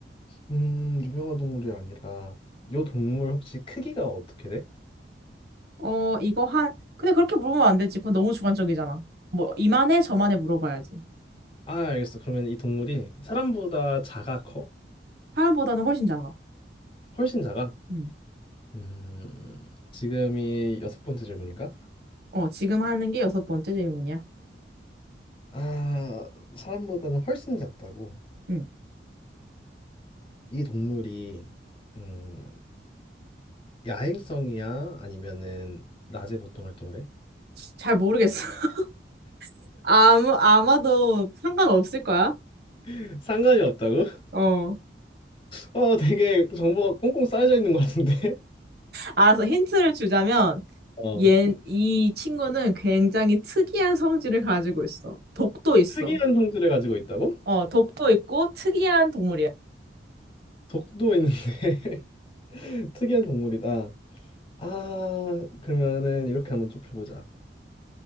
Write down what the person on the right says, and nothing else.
어, 이거 한, 근데 그렇게 물으면 안 되지. 그건 너무 주관적이잖아. 뭐, 이만해, 저만해 물어봐야지.
사람보다는 훨씬 작아.
음.
어, 지금 하는 게 여섯 번째 질문이야.
음.
잘 모르겠어. <laughs> 아무, 아마도 상관없을 거야.
어.
알아서 힌트를 주자면,
얘, 이 친구는 굉장히 특이한 성질을 가지고 있어. 독도 있어.
어, 독도 있고 특이한 동물이야.